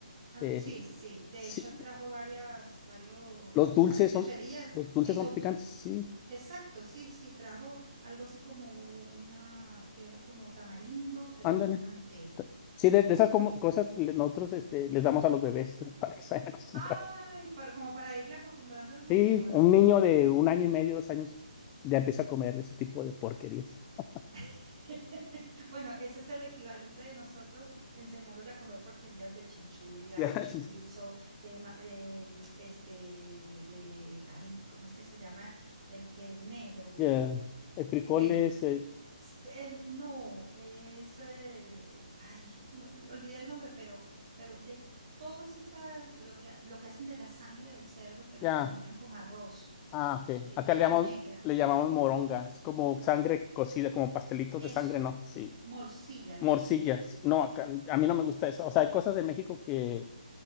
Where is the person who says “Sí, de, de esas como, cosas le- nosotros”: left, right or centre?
Left